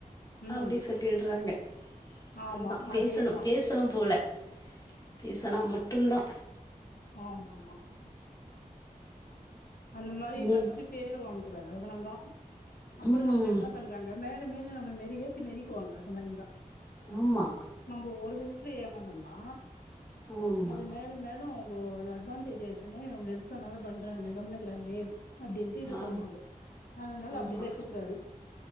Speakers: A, on the left; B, on the left.
A: ம்
B: அப்டி சொல்லிடுறாங்க
A: ஆமா
B: அதா
A: அதேதா
B: பேசணு பேசணும் போல பேசனா மட்டுந்தா
A: ஆமாமா அந்த மாதிரி
B: ஏ
A: ஃபஸ்ட் பேர் வாங்க கூடாது அதனால தா அப்புற
B: ம்
A: நம்மள என்ன பண்றாங்க மேல மேல இல்ல நம்ம மெறிகேத்தி மெரிக்குவாங்க அதமாரி இருந்தா
B: ஆமா
A: நம்ம ஒரு வயசுல ஏமாந்தம்னா
B: ஆமா
A: அது மேலும் மேலும் அது அட்வான்டேஜ் எடுத்துன்னு இவுங்க எது சொன்னாலும் பண்றாங்க கம்னு இருக்றாங்களே அப்டின்ட்டு இது
B: ஆ
A: பண்ணுவாங்க அதனால
B: ஆமா
A: அப்படியெல்லா இருக்க கூடாது